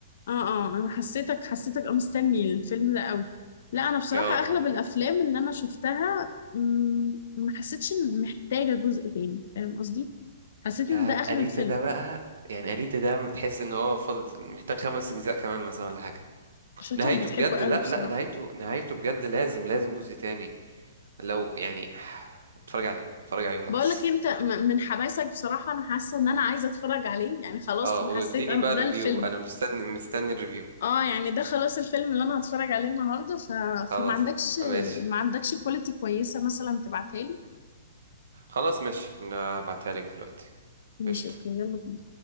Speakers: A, on the left (about 50°); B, on the right (about 75°).
A: اه اه انا حسيتك حسيتك اه مستني الفيلم ده قوي لا انا بصراحة
B: اه
A: اغلب الافلام اللي انا شفتها مم، ما حسيتش ان محتاجة جزء تاني فاهم قصدي حسيت ان
B: يا
A: ده اخر
B: أليتا
A: الفيلم
B: ده بقى يعني أليتا ده تحس ان هو فاضل محتاج خمس اجزاء كمان مثلا ولا حاجة
A: شكلك
B: نهايته
A: بتحبه
B: بجد
A: قوي
B: لا
A: بصراحة
B: لا نهايته نهايته بجد لازم لازم جزء تاني لو يعني <sighs> اتفرج عليه اتفرج عليه وخلاص
A: بقول لك إيه، انت م- من حماسك بصراحة انا حاسة ان انا عايزة اتفرج عليه يعني خلاص
B: اه
A: انا
B: واديني
A: حسيت أن-
B: بقى
A: ده
B: الريفيو
A: الفيلم
B: انا مستني مستني الريفيو
A: اه يعني ده خلاص الفيلم اللي انا هتفرج عليه النهارده ف...
B: خلاص
A: فما عندكش
B: ماشي
A: ما عندكش كواليتي كويسة مثلا تبعتها لي
B: خلاص ماشي انا هبعتها لك دلوقتي
A: ماشي
B: قشطة
A: اوكي يلا بينا